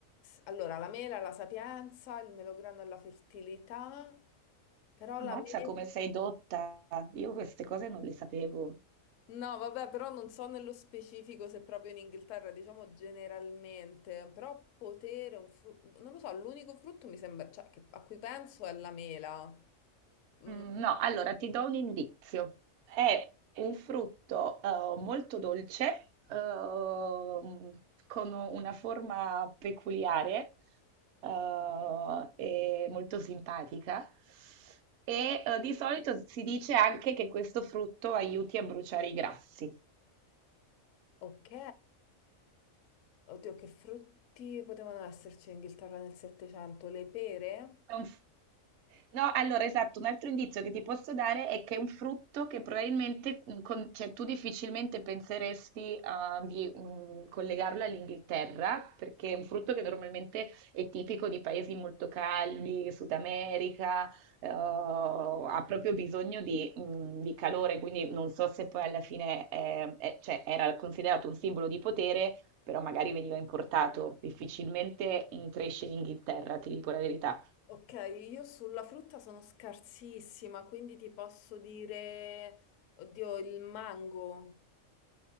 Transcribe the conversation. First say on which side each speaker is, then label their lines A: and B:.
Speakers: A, on the left; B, on the right.
A: Allora, la mela, la sapienza, il melograno e la fertilità, però la
B: Ammazza
A: mela.
B: come sei dotta. Io queste cose non le sapevo.
A: No, vabbè, però non so nello specifico se proprio in Inghilterra, diciamo generalmente, però potere, un fru- non lo so, l'unico frutto mi sembra, cioè, che- a cui penso è la mela. Mm,
B: Mm, No, allora ti do un indizio. È un frutto eh, molto dolce, ehm, con una forma peculiare eh, e molto simpatica. E eh, di solito si dice anche che questo frutto aiuti a bruciare i grassi.
A: ok, oddio, che frutti potevano esserci in Inghilterra nel Settecento? Le pere?
B: Conf- No, allora esatto, un altro indizio che ti posso dare è che è un frutto che probabilmente, mm, con- cioè tu difficilmente penseresti ah, di mm, collegarlo all'Inghilterra, perché è un frutto che normalmente è tipico di paesi molto caldi, Sud America, eh, ha proprio bisogno di, mm, di calore, quindi non so se poi alla fine eh, eh, cioè, era considerato un simbolo di potere, però magari veniva importato, difficilmente mm, cresce in Inghilterra, ti dico la verità.
A: Ok, io sulla frutta sono scarsissima, quindi ti posso dire, oddio, il mango.